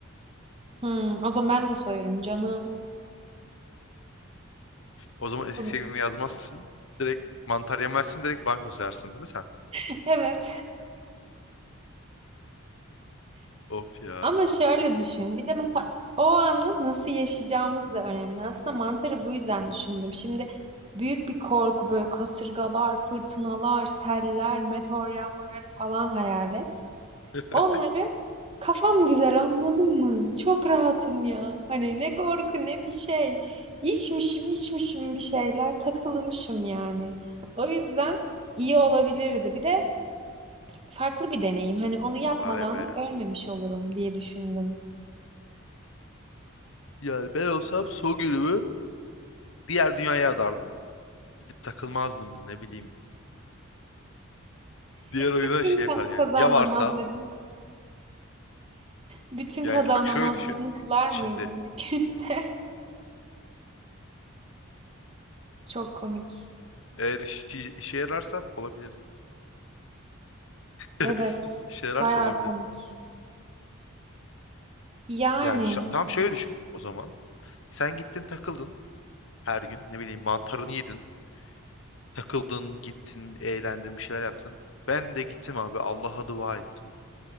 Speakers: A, on the right; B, on the left.
A: Hmm, o zaman ben de soyarım canım.
B: O zaman eski
A: O zaman-
B: sevgilini yazmazsın. Direkt mantar yemezsin direkt banka soyarsın değil mi sen?
A: <laughs> Evet.
B: <laughs> Of ya.
A: Ama şöyle düşün. Bir de mesela o anı nasıl yaşayacağımız da önemli. Aslında mantarı bu yüzden düşündüm. Şimdi büyük bir korku böyle kasırgalar, fırtınalar, seller, meteor yağmurları falan hayal et.
B: <laughs>
A: Onları kafam güzel anladın mı? Çok rahatım ya. Hani ne korku ne bir şey. İçmişim içmişim bir şeyler takılmışım yani. O yüzden iyi olabilirdi. Bir de farklı bir deneyim. Hani onu yapmadan
B: Vay be.
A: da ölmemiş olurum diye düşündüm.
B: Yani ben olsam son günümü Diğer dünyaya adardım. Gidip takılmazdım ne bileyim. Diğer oyuna
A: Bütün
B: şey
A: ka-
B: yaparım yani.
A: kaza
B: Ya varsa
A: namazlarını, bütün
B: yani
A: kaza
B: bak
A: namazlarını
B: şöyle düşün.
A: kılar
B: Şimdi
A: mıydın bir günde? <laughs> Çok komik.
B: eğer işi- işe yararsa olabilir. <laughs>
A: Evet,
B: İşe yararsa
A: bayağı
B: olabilir.
A: komik. Yani,
B: Yani şu- tam şöyle düşün o zaman. Sen gittin takıldın her gün. Ne bileyim mantarını yedin. Takıldın gittin eğlendin bir şeyler yaptın. Ben de gittim abi Allah'a dua ettim.